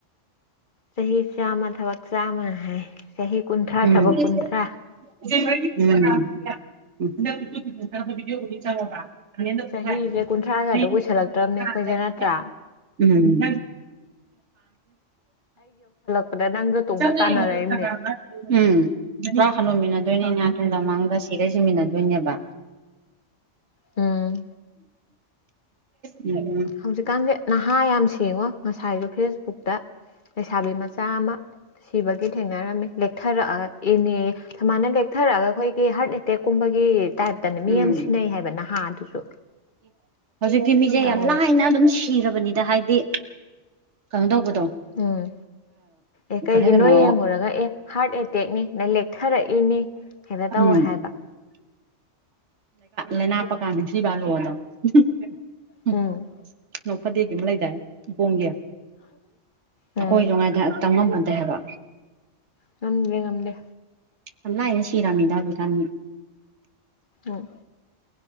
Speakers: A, on the left; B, on the right.
A: ꯆꯍꯤ ꯆꯥꯝꯃ ꯊꯕꯛ ꯆꯥꯝꯃ ꯍꯥꯏ ꯆꯍꯤ ꯀꯨꯟꯊ꯭ꯔꯥ
B: ꯎꯝ
A: ꯊꯕꯛ ꯀꯨꯟꯊ꯭ꯔꯥ
B: ꯎꯝ ꯕꯑꯝ <unintelligible> <unintelligible> <unintelligible>
A: ꯆꯍꯤꯁꯦ ꯀꯨꯟꯊ꯭ꯔꯥꯒꯗꯣ
B: ꯆꯪꯉꯣꯕ
A: ꯀꯨꯏꯁꯜꯂꯛꯇ꯭ꯔꯕꯅꯦ
B: <unintelligible>
A: ꯑꯩꯈꯣꯏꯁꯦ ꯅꯠꯇ꯭ꯔꯥ
B: ꯎꯝ
A: ꯑꯗꯥꯥ ꯅꯪꯒ ꯇꯨꯡꯗ
B: ꯆꯪꯉꯦ
A: ꯇꯥꯟꯅꯔꯛꯏꯕꯅꯦ
B: <unintelligible> ꯎꯝ ꯃꯥ ꯍꯟꯅꯨꯃꯤꯟꯅꯗꯣꯏꯅꯤꯅꯦ ꯇꯨꯡꯗꯥ ꯃꯥꯡꯗ ꯁꯤꯔ ꯁꯤꯃꯤꯟꯅꯗꯣꯏꯅꯦꯕ
A: ꯎꯝ
B: ꯎꯝ
A: ꯍꯧꯖꯤꯛꯀꯥꯟꯁꯦ ꯅꯍꯥ ꯌꯥꯝ ꯁꯦꯡꯉꯣ ꯉꯁꯥꯏꯁꯨ ꯐꯦꯁꯕꯨꯛꯇ ꯂꯩꯁꯥꯕꯤ ꯃꯆꯥ ꯑꯃ ꯁꯤꯕꯒꯤ ꯊꯦꯡꯅꯔꯝꯃꯤ ꯂꯦꯛꯊꯔꯛꯑꯒ ꯏꯅꯦ ꯁꯨꯃꯥꯏꯅ ꯂꯦꯛꯊꯔꯛꯑꯒ ꯑꯩꯈꯣꯏꯒꯤ ꯍꯥꯔꯠ ꯇꯦꯛꯀꯨꯝꯕꯒꯤ ꯇꯥꯏꯞꯇꯅꯦ ꯃꯤ
B: ꯎꯝ
A: ꯌꯥꯝ ꯁꯤꯟꯅꯩ ꯍꯥꯏꯕ ꯅꯍꯥ ꯑꯗꯨꯁꯨ
B: ꯍꯧꯖꯤꯛꯇꯤ ꯃꯤꯁꯦ
A: ꯇꯧꯔꯤꯁꯦ
B: ꯌꯥꯝ ꯂꯥꯏꯅ ꯑꯗꯨꯝ ꯁꯤꯔꯕꯅꯤꯗ ꯍꯥꯏꯗꯤ ꯀꯩꯅꯣ ꯇꯧꯕꯗꯣ
A: ꯎꯝ ꯑꯦ ꯀꯩꯒꯤꯅꯣ
B: ꯀꯩ ꯍꯥꯏꯗꯣꯏꯅꯣ
A: ꯌꯦꯡꯉꯨꯔꯒ ꯑꯦ ꯍꯥꯔꯠ ꯑꯦꯇꯦꯛꯅꯤ ꯑꯥ ꯂꯦꯛꯊꯔꯛꯏꯅꯤ ꯍꯦꯛꯇ
B: ꯎꯝ
A: ꯇꯧꯋꯦ ꯍꯥꯏꯕ
B: ꯂꯩꯅꯥ ꯄꯥꯛꯀꯥꯟꯗ ꯁꯤꯕꯥ <unintelligible> <unintelligible>
A: ꯎꯝ
B: ꯅꯣꯛ ꯐꯗꯦꯀꯤ ꯑꯃ ꯂꯩꯗꯥꯏꯅꯦ ꯏꯄꯣꯝꯒꯤ ꯑꯩꯈꯣꯏꯁꯨ
A: ꯎꯝ
B: ꯉꯥꯏꯗ ꯇꯝ ꯉꯝꯕ ꯅꯠꯇꯦ ꯍꯥꯏꯕ
A: ꯉꯝꯗꯦ ꯉꯝꯗꯦ
B: ꯌꯥꯝ ꯂꯥꯢꯅ ꯁꯤꯔꯝꯅꯤꯗ ꯍꯧꯖꯤꯛꯒꯥꯟꯗꯤ
A: ꯎꯝ